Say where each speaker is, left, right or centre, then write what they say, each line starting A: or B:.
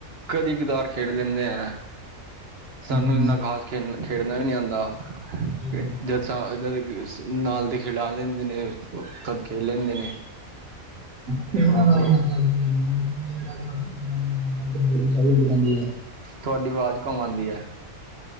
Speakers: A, on the right; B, on the right.
A: ਕਦੀ ਕਦਾਰ ਖੇਡ ਲੈਂਦੇ ਆ। ਸਾਨੂੰ
B: ਜੀ
A: ਇੰਨਾ ਖਾਸ ਖੇਡ ਖੇਡਣਾ ਵੀ ਨੀ ਆਂਦਾ,
B: ਜੀ ਜੀ।
A: ਜਦ <inaudible> ਇਹਨਾਂ ਦੇ ਨਾਲ ਦੇ ਖਿਡਾ ਲੈਂਦੇ ਨੇ, ਤਦ ਖੇਡ ਲੈਂਦੇ ਨੇ।
B: ਖੇਡਨਾ
A: ਆਹੋ
B: ਤਾ ਆ ਈ ਜਾਂਦਾ ਬੰਦੇ ਨੂੰ, ਜਦੋਂ ਰੈਗੂਲਰ ਬੈਟਿੰਗ ਵੂਟਿੰਗ ਸਾਰੀ ਹੁੰਦੀ ਰਹਿੰਦੀ ਐ।
A: ਤੁਹਾਡੀ ਆਵਾਜ਼, ਘੁੰਮਉਂਦੀ ਐ।